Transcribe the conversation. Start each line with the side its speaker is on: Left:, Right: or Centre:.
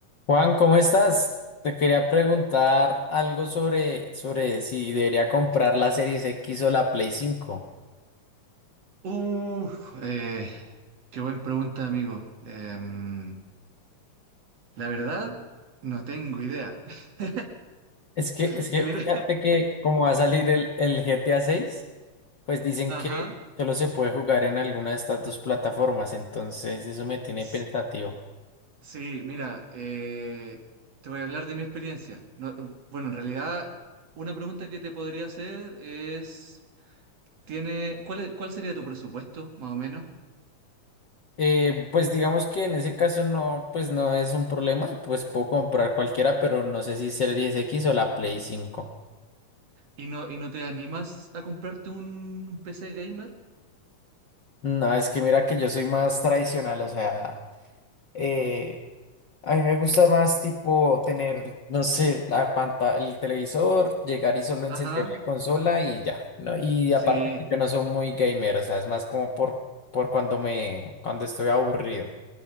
Left: Juan, ¿cómo estás? Te quería preguntar algo sobre, sobre si debería comprar la Series X o la Play cinco.
Right: Uf, eh, qué buena pregunta, amigo. Em, la verdad, no tengo idea. <laughs>
Left: Es que, es
Right: Porque
Left: que
Right: mira,
Left: fíjate que como va a salir el, el GTA seis, pues dicen
Right: <laughs>
Left: que
Right: ajá,
Left: solo se puede jugar en alguna de estas dos plataformas, entonces eso me tiene
Right: s-
Left: pensativo.
Right: sí, mira, eh, te voy a hablar de mi experiencia. No, bueno, en realidad, una pregunta que te podría hacer es, tiene, ¿cuál es- cuál sería tu presupuesto, más o menos?
Left: Eh, pues digamos que en ese caso no, pues no es un problema, pues puedo comprar cualquiera, pero no sé si Series X o la Play cinco.
Right: ¿Y no, y no te animas a comprarte un PC gamer?
Left: No, es que mira que yo soy más tradicional, o sea... eh, A mí me gusta más tipo tener, no sé, la pantalla, el televisor, llegar y solo encender
Right: Ajá,
Left: la consola y ya, ¿no? Y
Right: sí,
Left: aparte que yo no soy muy gamer, o sea, es más como por, por cuando me, cuando estoy aburrido.